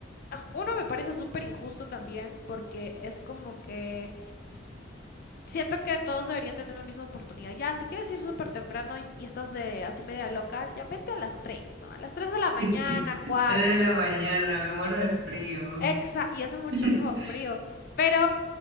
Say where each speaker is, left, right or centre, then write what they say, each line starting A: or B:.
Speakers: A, on the left; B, on the right.
A: am- uno me parece súper injusto también porque es como que siento que todos deberían tener la misma oportunidad. Ya, si quieres ir súper temprano y y estás de así media loca, ya vente a las tres ¿no? A las 3 de la mañana,
B: <laughs>
A: cuatro
B: Tres de la mañana, me muero de frío.
A: Exa, y hace muchísimo
B: <laughs>
A: frío. Pero